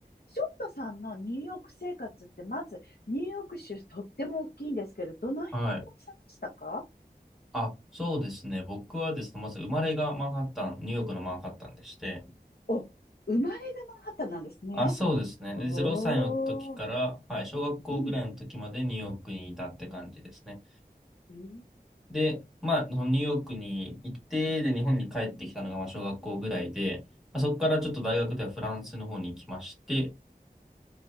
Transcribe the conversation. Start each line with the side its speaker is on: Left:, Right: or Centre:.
Left: ショットさんのニューヨーク生活って、まずニューヨーク州とっても大きいんですけど、どの辺にいらっしゃいましたか
Centre: はい。あ、そうですね。僕はですね、まず生まれがマンハッタン、ニューヨークのマンハッタンでして、
Left: お、生まれがマンハッタンなんですね。
Centre: あ、そうですね。
Left: おー。
Centre: で、0歳の時から、はい、小学校ぐらいの時までニューヨークにいたって感じですね。
Left: うん。うん。
Centre: で、まあ、そのニューヨークに行って、で、日本に帰ってきたのが、まあ、小学校ぐらいで、まあ、そこからちょっと大学ではフランスの方に行きまして、
Left: うん